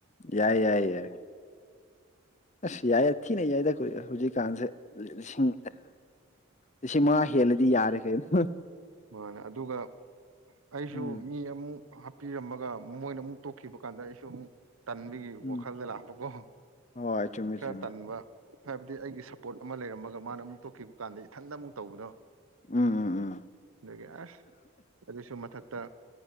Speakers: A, on the left; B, on the right.
A: ꯌꯥꯏ ꯌꯥꯏ ꯌꯥꯏ ꯑꯁ ꯌꯥꯏ ꯊꯤꯅ ꯌꯥꯏꯗ ꯀ ꯍꯧꯖꯤꯛꯀꯥꯟꯁꯦ ꯂꯤꯁꯤꯡ ꯂꯤꯁꯤꯡ ꯃꯉꯥ ꯍꯦꯜꯂꯗꯤ ꯌꯥꯔꯦ ꯀꯅꯣ
B: ꯃꯥꯅꯦ ꯑꯗꯨꯒ ꯑꯩꯁꯨ
A: ꯎꯝ
B: ꯃꯤ ꯑꯃꯨꯛ ꯍꯥꯞꯄꯤꯔꯝꯃꯒ ꯃꯣꯏꯅ ꯑꯃꯨꯛ ꯇꯣꯛꯈꯤꯕ ꯀꯥꯟꯗ ꯑꯩꯁꯨ ꯑꯃꯨꯛ ꯇꯟꯕꯒꯤ
A: ꯎꯝ
B: ꯋꯥꯈꯜꯗ ꯂꯥꯛꯄꯀꯣ
A: ꯍꯣꯏ ꯆꯨꯝꯃꯦ
B: ꯈꯔ
A: ꯆꯨꯝꯃꯦ
B: ꯇꯟꯕ ꯍꯥꯏꯕꯗꯤ ꯑꯩꯒꯤ ꯁꯞꯄꯣꯔꯠ ꯑꯃ ꯂꯩꯔꯝꯃꯒ ꯃꯥꯅ ꯑꯃꯨꯛ ꯇꯣꯛꯈꯤꯕ ꯀꯥꯟꯗ ꯏꯊꯟꯇ ꯑꯃꯨꯛ ꯇꯧꯕꯗꯣ
A: ꯎꯝ ꯎꯝ ꯎꯝ
B: ꯑꯗꯒꯤ ꯑꯁ ꯑꯗꯨꯁꯨ ꯃꯊꯛꯇ